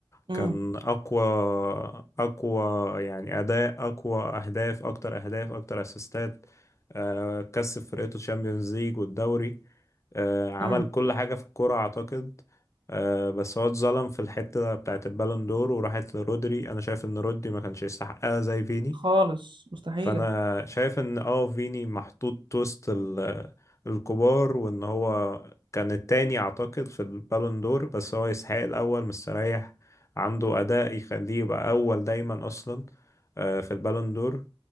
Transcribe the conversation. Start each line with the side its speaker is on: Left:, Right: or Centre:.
Right: امم
Left: كان اقوى اقوى يعني اداء اقوى اهداف اكتر اهداف اكتر اسيستات آه، كسب فرقته الشامبيونز ليج والدوري آه، عمل
Right: امم
Left: كل حاجه في الكوره اعتقد آه، بس هو اتظلم في الحته بتاعت البالون دور وراحت لرودري انا شايف ان رودري ما كانش يستحقها زي فيني
Right: خالص مستحيلة
Left: فانا شايف ان اه فيني محطوط وسط ال- الكبار وان هو كان التاني اعتقد في البالون دور بس هو يستحق الاول مستريح عنده اداء يخليه يبقى اول دايما اصلا آه، في البالون دور